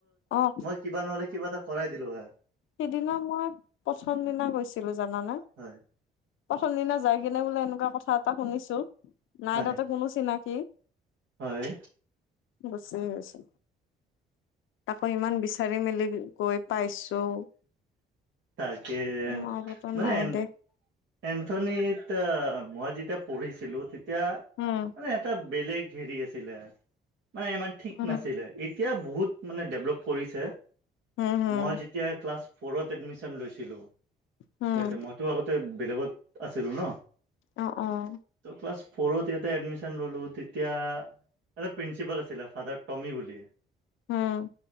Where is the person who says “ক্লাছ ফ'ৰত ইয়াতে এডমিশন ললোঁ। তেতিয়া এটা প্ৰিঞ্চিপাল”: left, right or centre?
Right